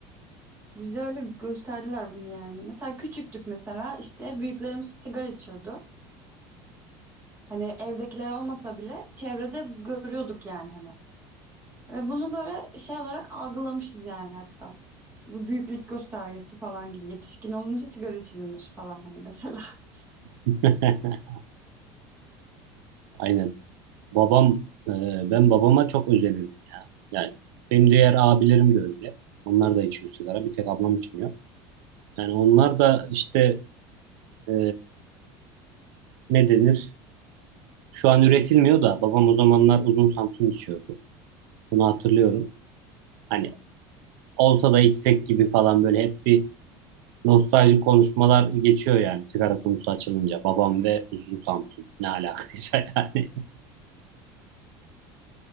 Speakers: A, on the right; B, on the right.
A: Bize öyle gösterdiler bunu yani. Mesela küçüktük mesela işte büyüklerimiz sigara içiyordu. Hani evdekiler olmasa bile çevrede görüyorduk yani hani. Ve bunu böyle şey olarak algılamışız yani hatta. Bu büyüklük göstergesi falan gibi. Yetişkin olunca sigara içilinir falan hani mesela. <laughs>
B: <laughs> Aynen. Babam, e, ben babama çok özenirdim ya. Yani benim diğer abilerim de öyle. Onlar da içiyor sigara. Bir tek ablam içmiyor. Yani onlar da işte e, ne denir? Şu an üretilmiyor da babam o zamanlar uzun Samsun içiyordu. Bunu hatırlıyorum. Hani olsa da içsek gibi falan böyle hep bir nostaljik konuşmalar geçiyor yani sigara konusu açılınca. Babam ve uzun Samsun ne alakaysa <laughs> yani.